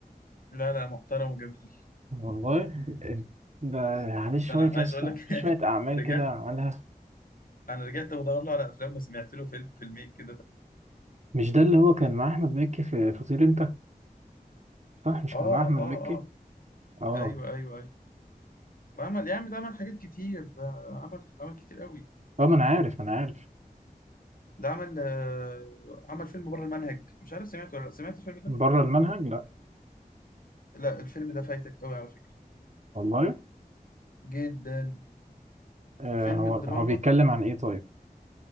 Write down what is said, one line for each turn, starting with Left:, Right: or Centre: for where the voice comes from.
Left: لا لا محترم وجميل
Right: والله ده عليه
Left: لا
Right: شوية
Left: ده انا عايز
Right: يا اسطى
Left: اقول لك
Right: في
Left: <laughs>
Right: شوية أعمال
Left: رجعت
Right: كده عملها
Left: انا رجعت بدور له على افلام وسمعت له فيلم فيلمين كده
Right: مش ده اللي هو كان مع أحمد مكي في فطير أنت صح مش
Left: اه
Right: كان مع أحمد
Left: اه
Right: مكي
Left: اه
Right: اه
Left: ايوه ايوه ايوه وعمل يا عم ده عمل حاجات كتير ده عمل عمل كتير قوي
Right: طب ما أنا عارف أنا عارف
Left: ده عمل آه، عمل فيلم بره المنهج مش عارف سمعته ولا لا سمعت الفيلم ده
Right: بره المنهج لأ
Left: لا الفيلم ده فايتك قوي على فكرة
Right: والله
Left: جدا
Right: آه
Left: فيلم
Right: هو
Left: دراما
Right: هو بيتكلم عن إيه طيب